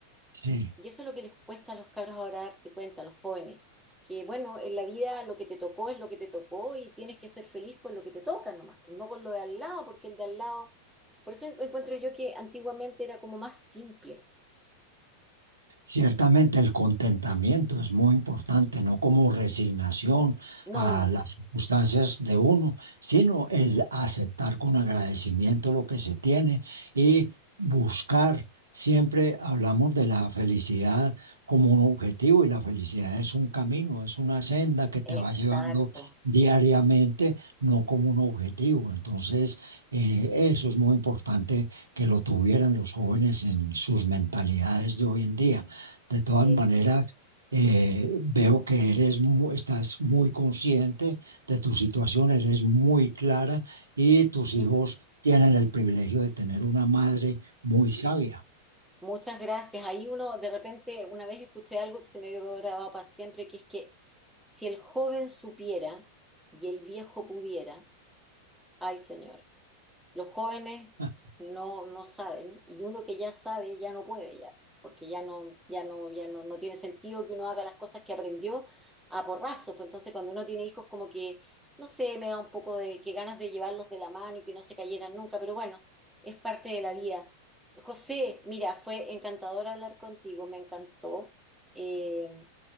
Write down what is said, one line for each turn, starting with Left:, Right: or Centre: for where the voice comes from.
Right: Sí.
Centre: Y eso es lo que les cuesta a los cabros ahora darse cuenta, a los jóvenes, que bueno, en la vida lo que te tocó es lo que te tocó y tienes que ser feliz con lo que te toca nomás, pues no con lo de al lado, porque el de al lado... Por eso en- encuentro yo que antiguamente era como más simple.
Right: Ciertamente el contentamiento es muy importante, no como resignación
Centre: No,
Right: a
Centre: no,
Right: las circunstancias de uno, sino el aceptar con agradecimiento lo que se tiene y buscar. Siempre hablamos de la felicidad como un objetivo y la felicidad es un camino, es una senda que te
Centre: exacto.
Right: va llevando diariamente, no como un objetivo. Entonces, eh, eso es muy importante que lo tuvieran los jóvenes en sus mentalidades de hoy en día. De todas
Centre: Eh,
Right: maneras, eh, veo que eres, mu- estás muy consciente de tu situación, eres muy clara y tus
Centre: sí.
Right: hijos tienen el privilegio de tener una madre muy sabia.
Centre: Muchas gracias. Ahí uno, de repente, una vez escuché algo que se me quedó grabado para siempre, que es que si el joven supiera y el viejo pudiera, ay señor, los jóvenes
Right: <laughs>
Centre: no, no saben y uno que ya sabe ya no puede ya, porque ya no, ya no, ya no, no tiene sentido que uno haga las cosas que aprendió a porrazos. Pues entonces cuando uno tiene hijos como que, no sé, me da un poco de que ganas de llevarlos de la mano y que no se cayeran nunca, pero bueno, es parte de la vida. José, mira, fue encantador hablar contigo, me encantó. Eh,